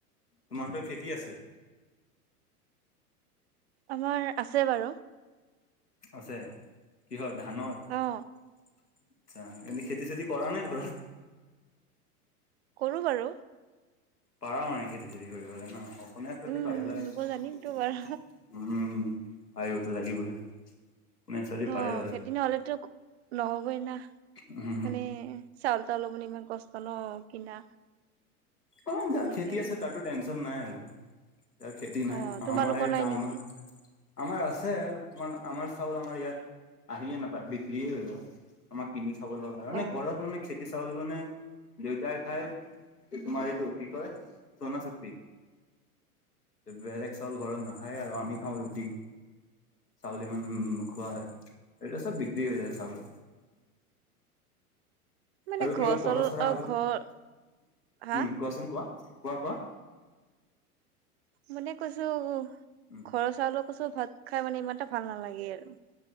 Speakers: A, on the left (about 85°); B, on the right (about 45°).
A: তোমাৰটো খেতি আছে?
B: আমাৰ আছে বাৰু।
A: আছে, কিহৰ ধানৰ?
B: অ
A: আচ্ছা, এনে খেতি-চেতি কৰা নে ঘৰত?
B: কৰো বাৰু।
A: পাৰা নাই খেতি-চেতি কৰিবলৈ ন' অ, <unintelligible> তহঁতি
B: উম,
A: পাৰিবানে, উম,
B: দিব জানিমতো বাৰু
A: পাৰিবটো লাগিবই। অসমীয়া ছোৱালী পাৰে
B: অ',
A: বাৰু।
B: খেতি নহ'লেটো নহ'বই না।
A: উম,
B: মানে, চাউল-তাউল লবলে ইমান কষ্ট ন' কিনা।
A: অ', যাৰ
B: এনেকে
A: খেতি
B: আৰু
A: আছে তাৰটো টেনছন ‌নাই আৰু। যাৰ খেতি নাই
B: অ, তোমালোকৰ
A: আমাৰ এই
B: নাই
A: টাউনত,
B: নেকি?
A: আমাৰ আছে। কিছুমান আমাৰ চাউল আমাৰ ইয়াত, আহিয়ে নাপায়, বিক্ৰীয়ে হৈ গ'ল, আমাৰ কিনি খাব লগা হ'য়, মানে
B: অ,
A: ঘৰত মানে খেতি চাউল মানে দেউতাই খাই। তোমাৰ এইটো কি কয়, সোনা শক্তি। বেলেগ চাউল ঘৰত নাখায়ে আৰু আমি খাওঁ ৰুটি। চাউল ইমান নোখোৱা হয়, এইবিলাক চব বিক্ৰী হৈ যায় চাউল।
B: <unintelligible> মানে
A: আৰু
B: ঘৰ
A: কিবা পঢ়া-চঢ়া
B: চল অ,
A: <unintelligible>
B: ঘৰ হা
A: উম, কোৱাচোন কোৱা? কোৱা কোৱা?
B: মানে কৈছো,
A: উম
B: ঘৰৰ চাউলৰ কৈছো ভাত খাই মানে ইমান এটা ভাল নালাগে আৰু।